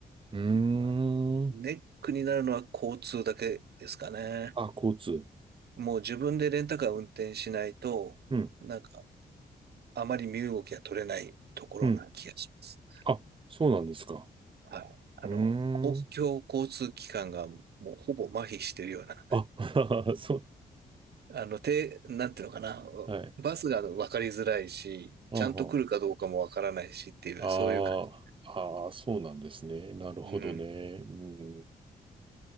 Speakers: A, on the right; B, on the right.
A: うー
B: まあ、
A: ん。
B: ネックになるのは交通だけですかね。
A: あ、交通。
B: もう自分でレンタカー運転しないと、
A: うん。
B: なんか、あまり身動きが取れないところな気がします。
A: うん。あ、そうなんですか。
B: はい。あの、
A: うー
B: 公共交通機関がもうほぼ麻痺してるような、
A: ん。あ、<laughs> そう。
B: <laughs> あの、て、なんていうのかな、
A: はい。
B: バスが分かりづらいし、
A: あは
B: ちゃんと来るかどうかも分からないしっていう、
A: あーあー、
B: そういう感じ。
A: そうなんですね。なるほどね。
B: うん。
A: うん。